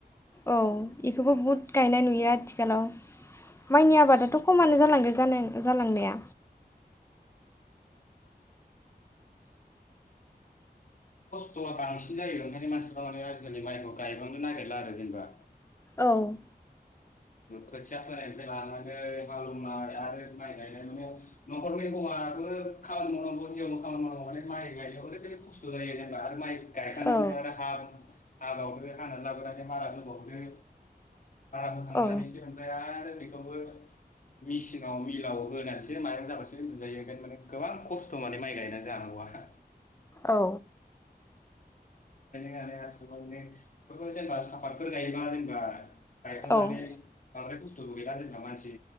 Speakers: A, on the left; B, on the left.
A: औ बेखौबो बुहुद गायनाय नुयो आथिखालाव माइनि आबादाथ' खमानो जालांगो जालांनाया।
B: खस्थ'आ बांसिन जायो ओंखायनो मानसिफ्रा माने आजिखालि माइखौ गायबांनो नागिरला आरो जेनेबा
A: औ।
B: खोथिया फोनायनिफ्राय लानानै हालवनाय आरो माइ गायनाय माने न'खरनि हौवाबो खामानि मावनांगौ हिन्जावबो खामानि मावनांगौ माने माइ गायनायाव ओरैबायदि खस्थ' जायो जेनेबा आरो माइ गायखांनानैबो
A: औ
B: आरो हाह हाबावदो हानानै लाबोनानै मारा होबावदो आरो। मानैसो
A: औ
B: ओमफ्राय आरो। बेखौबो मिेसिनाव मिलाव होनानैसो माइं जाबासो मोनजायो ओाय माने गोबां खस्थ' माने माइ गायना जांगौ आंहा।
A: औ।
B: ओंखायनो आसाम बयबो जेनेबा। पार गायोबा जेनेबा गायखांनानै
A: औ
B: बांद्राय बु सुलु गैला जेनेबा मानसि।